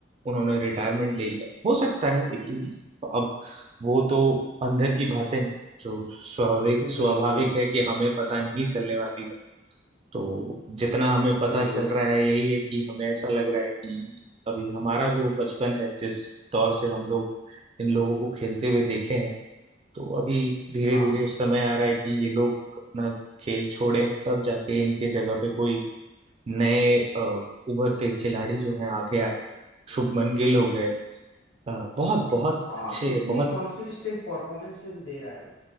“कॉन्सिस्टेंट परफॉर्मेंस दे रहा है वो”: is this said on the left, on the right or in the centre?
Left